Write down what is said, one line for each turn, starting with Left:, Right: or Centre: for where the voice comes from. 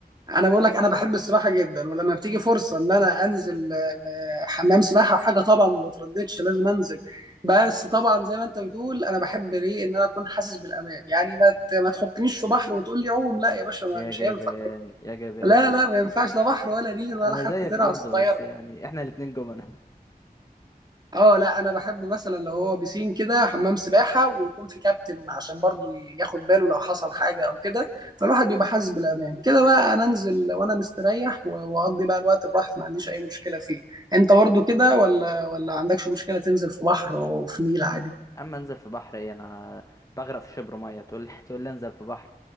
Right: انا بقول لك انا بحب السباحه جدا ولما بتيجي فرصه ان انا انزل آه، حمام سباحه وحاجه طبعا ما بترددش لازم انزل بس طبعا زي ما انت بتقول انا بحب ليه ان انا اكون حاسس بالامان يعني ما ت- ما تحطنيش في بحر وتقول لي عوم لا يا باشا ما-
Left: يا
Right: مش
Left: جبان
Right: هينفع
Left: يا جبان
Right: لا لا ما ينفعش لا بحر ولا نيل
Left: انا
Right: ولا حتى
Left: زيك
Right: ترعه
Left: برضو
Right: صغيره
Left: بس يعني احنا الاتنين جمل
Right: اه لا انا بحب مثلا لو هو بيسين كده حمام سباحه ويكون في كابتن عشان برضو ياخد باله لو حصل حاجه او كده فالواحد بيبقى حاسس بالامان كده بقى انا انزل وانا مستريح و- واقضي بقى الوقت براحتي ما عنديش اي مشكله فيه انت برضو كده ولا ولا عندكش مشكله تنزل في بحر وفي نيل عادي
Left: اما انزل في بحر ايه انا بغرق في شبر ميه تقول لي <laughs> تقول لي انزل في بحر